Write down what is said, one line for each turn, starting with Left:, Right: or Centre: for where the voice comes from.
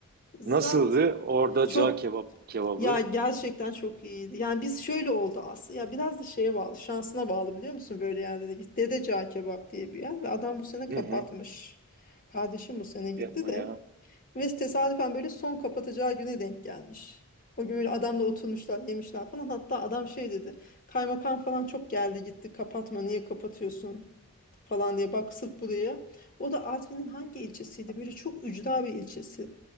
Left: Zaten
Right: Nasıldı? Orada
Left: çok
Right: cağ kebap kebabı.
Left: Ya gerçekten çok iyiydi. Yani biz şöyle oldu aslında. Ya biraz da şeye bağlı, şansına bağlı biliyor musun böyle yerlere git. Dede Cağ Kebap diye bir yer ve adam bu sene kapatmış.
Right: Hı hı.
Left: Kardeşim bu sene gitti
Right: Yapma
Left: de.
Right: ya.
Left: Ve tesadüfen böyle son kapatacağı güne denk gelmiş. O gün böyle adamla oturmuşlar, yemişler falan. Hatta adam şey dedi. Kaymakam falan çok geldi gitti. Kapatma, niye kapatıyorsun falan diye. Bak sırf buraya. O da Artvin'in hangi ilçesiydi? Böyle çok ücra bir ilçesi.